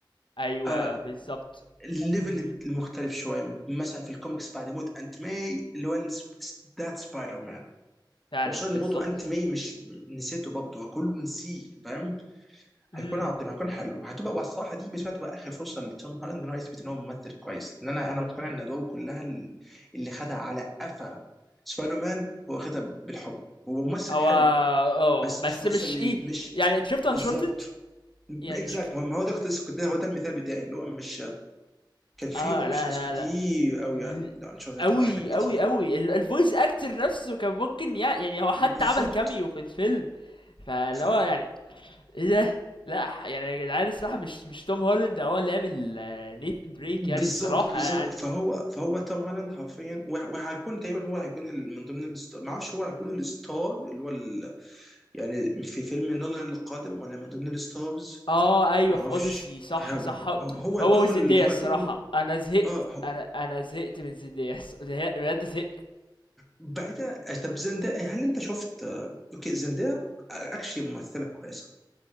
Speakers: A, on the left (about 80°); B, in the centre.
A: أيوه
B: آه
A: بالضبط،
B: الليفل
A: إمم، إمم،
B: المختلف شويه مثلا في الكوميكس بعد موت انت ماي اللي هو ذات سبايدر مان
A: فعلًا
B: وصلني
A: بالضبط،
B: برضه انت ماي مش نسيته برضه وكله نسيه فاهم
A: إمم.
B: هيكون عاطفي هيكون حلو هتبقى والصراحه دي بالنسبه لي تبقى اخر فرصه لتوم هولاند ان هو يثبت ان هو ممثل كويس لان انا انا مقتنع ان ادواره كلها ال- اللي خدها على قفا سبايدر مان هو خدها بالحب هو ممثل
A: هو
B: حلو
A: اه
B: بس
A: بس
B: مش ممثل
A: مش ايه
B: مش
A: يعني انت شفت
B: بالظبط
A: انشورتد
B: اكزاكت
A: يعني شفت
B: هو ده كنت لسه- كنت ده هو ده المثال بتاعي اللي هو مش كان في
A: اه
B: اوبشنز
A: لا لا
B: كتير
A: لا
B: قوي
A: مم.
B: يعني لو هنشوف ده
A: قوي
B: هتبقى احلى بكتير
A: قوي قوي الفويس اكتر نفسه كان ممكن يع- يعني هو حتى
B: بالظبط
A: عمل كاميو في الفيلم فاللي
B: ف
A: هو يعني ايه ده لا يعني يا جدعان الصراحه مش مش توم هولاند هو اللي عامل نيثن دريك
B: بالظبط
A: يعني الصراحه
B: بالظبط
A: يعني
B: فهو فهو توم هولاند حرفيا وه- وهيكون تقريبا هو هيكون ال- من ضمن الستار ما اعرفش هو هيكون الستار اللي هو ال... يعني في فيلم نولان القادم ولا من ضمن الستارز
A: اه ايوه
B: ما
A: في
B: اعرفش
A: اوديسي صح
B: هو
A: صح
B: هو هيكون
A: هو
B: هو
A: وزندية
B: ال... هو
A: الصراحه
B: هيكون
A: انا زهقت
B: اه هو
A: انا انا زهقت من زندية <laughs> الص- زهق- بجد زهقت
B: بعيدا طب زندايا هل انت شفت آه، اوكي زندايا اكشلي ممثله كويسه